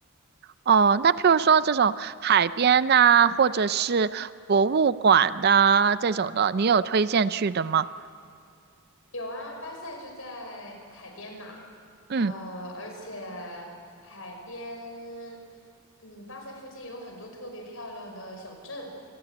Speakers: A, on the right; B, on the left.
A: 哦，那譬如说这种海边呐、或者是博物馆呐、这种的，你有推荐去的吗？
B: 有啊，巴塞就在海边嘛，
A: 嗯
B: 呃，而且海边，嗯，巴塞附近有很多特别漂亮的小镇，